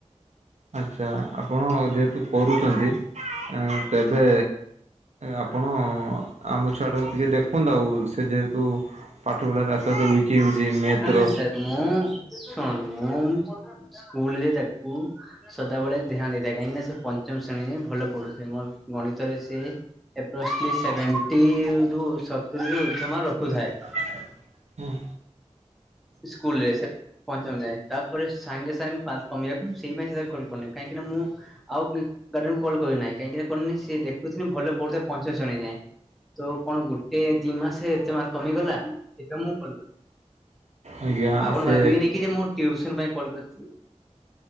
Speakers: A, on the right; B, in the centre.
A: ଆଚ୍ଛା ଆପଣ ଯେହେତୁ କରୁଛନ୍ତି ଆଁ ତେବେ ଆପଣ ଆମ ଛୁଆଟାକୁ ଟିକେ ଦେଖନ୍ତୁ। ଆଉ ସ ସେ ଯେହେତୁ ପାଠପଢ଼ା ରେ ଆସ୍ତେ ଆସ୍ତେ ଉଇକ୍ ହେଉଛି ମେଥ୍
B: ନା
A: ର
B: ସାର୍ ମୁଁ ଶୁଣନ୍ତୁ ମୁଁ ସ୍କୁଲରେ ତାକୁ ସଦାବେଳେ ଧ୍ୟାନ ଦେଇଥାଏ କାହିଁକି ନା ସେ ପଞ୍ଚମ ଶ୍ରେଣୀରେ ଭଲ ପଡୁଚି ମୋର ଗଣିତରେ ସେ ପ ସେଭେଣ୍ଟି ରୁ ସତୁରି ରୁ ଉର୍ଦ୍ଧମା ରଖୁଥାଏ
A: <unintelligible> ହଁ
B: ସ୍କୁଲ ରେ ସେ ପ ଏ ତାପରେ ସାଙ୍ଗେ ସାଙ୍ଗେ ପାଞ୍ଚ କମିବାକୁ ସେଇ ପାଇଁ ସେ କଲ୍ କରୁନି କାହିଁକିନା ମୁଁ ଆଉ <unintelligible> କଲ କରି ନାହିଁ କାହିଁକିନା କରିନି ସ ସେ ଦେଖୁଚି ଭଲ ପଢୁଥାଏ ପଞ୍ଚମ ଶ୍ରେଣୀ ଯାଏଁ ତ କଣ ଗୋଟେ ଦି ମାସେ ଏତେ ମାର୍କ କମିଗଲା ସେଇଟା ମୁଁ କଲ୍ କଲିି
A: ଆଜ୍ଞା
B: ଆପଣ
A: ସେ
B: ଭାବିବେନି କି ଯେ ମୁଁ ଟ୍ୟୁଉସନ ପାଇଁ କଲ୍ କରିଛି